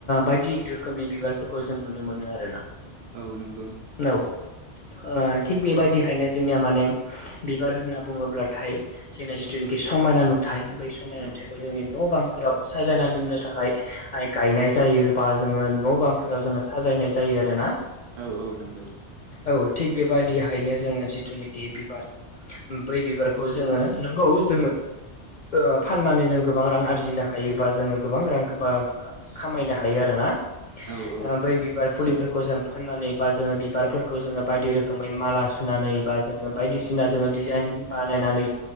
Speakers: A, on the left; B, on the right.
A: बायदि रोखोमनि बिबारफोरखौ जों नुनो मोनो आरोना
B: औ नंगौ नों
A: औ ओ-थिग बेबायदिहायनो जोंनिया माने बिबार होनना बुङोब्लाथाय जोंना जिथुनाखि समायना नुथाय बै सम समायना
B: औ
A: नुथाइखौ जोंनि न' बांफोराव साजायना दोननो थाखाय आइ गायनाय जायो बा जोङो न' बांफोराव जोङो साजायनाय जायो आरो ना।
B: औ औ नंगौ।
A: औ थिग बेबायाददिहायनो जोङो जिथुनाखि बिबार बै बिबारखौ जोङो नंगौ जोङो। ओ-फाननानै जों गोबां रां आरजिनो हायोबा जोङो गोबां रां बा खामायनो हायो आरोना ओ
B: औ औ
A: बै बिबार फुलिफोरखौ जों फाननानै बा जोङो बिबारफोरखौ जोङो बायदि रोखोमै माला सुनानै बा जोङो बायदिसिना
B: औ
A: ओ जोङो दिजाइन बानायनानै